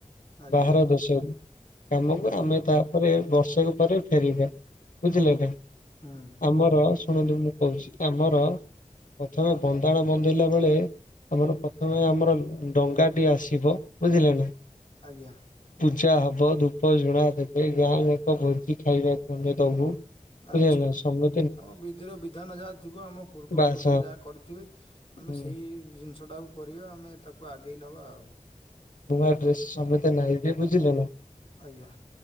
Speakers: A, on the left (about 45°); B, on the left (about 80°).
A: ଆଜ୍ଞା
B: ବାହାର ଦେଶକୁ କାମକୁ
A: ଓହୋ
B: ଆମେ ତାପରେ ବର୍ଷକ ପରେ ଫେରିବା। ବୁଝିଲେ ନା,
A: ହୁଁ
B: ଆମର ଶୁଣନ୍ତ ମୁଁ କହୁଛି ଆମର ପ୍ରଥମେ ବନ୍ଦାଣ ବନ୍ଦେଇଲା ବେଳେ ଆମର ପ୍ରଥମେ ଆମର ଡଙ୍ଗାଟି ଆସିବ ବୁଝିଲେ ନା।
A: ଆଜ୍ଞା।
B: ପୂଜା ହବ ଧୂପ ଜଝୁଣା ଦେବେ ଗାଁ ଯାକ ଭୋଜି ଖାଇବାକୁ ଆମେ ଦବୁ। ବୁଝିଲେନା
A: ଆଚ୍ଛା
B: ସମ
A: ଆମ ବିଧିର ବିଧାନ ଯାହା ଥିବ ଆମ ପୂର୍ବ
B: ବାସ
A: ପୁରୁଷ ଯାହା କରିଥିବେ ଆମେ
B: ହୁଁ
A: ସେଇ ଜିନିଷ ଟାକୁ କରିବା ଆମେ ତାକୁ ଆଗେଇ ନବା ଆଉ।
B: ନୁଆ ଡ୍ରେସ ସମତେ ନାଇବେ ବୁଝିଲେ ନା?
A: ଆଜ୍ଞା